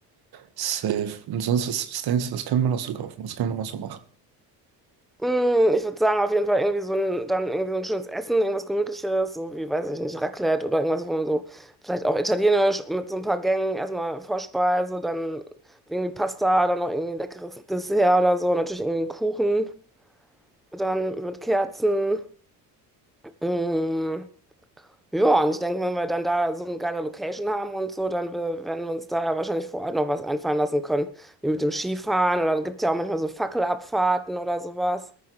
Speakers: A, on the right (about 60°); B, in the centre.
A: Safe. Und sonst, was, was denkst du, was können wir noch so kaufen? Was können wir noch so machen?
B: Mm, ich würde sagen, auf jeden Fall irgendwie so ein, dann irgendwie so ein schönes Essen, irgendwas Gemütliches, so wie, weiß ich nicht, Raclette oder irgendwas, wo man so, vielleicht auch italienisch mit so ein paar Gängen, erstmal Vorspeise, dann irgendwie Pasta, dann noch irgendwie ein leckeres Dessert oder so, natürlich irgendwie einen Kuchen. dann mit Kerzen. Mm, Ja, und ich denke, wenn wir dann da so eine geile Location haben und so, dann wir- werden wir uns da ja wahrscheinlich vor Ort noch was einfallen lassen können, wie mit dem Skifahren oder gibt ja auch manchmal so Fackelabfahrten oder sowas.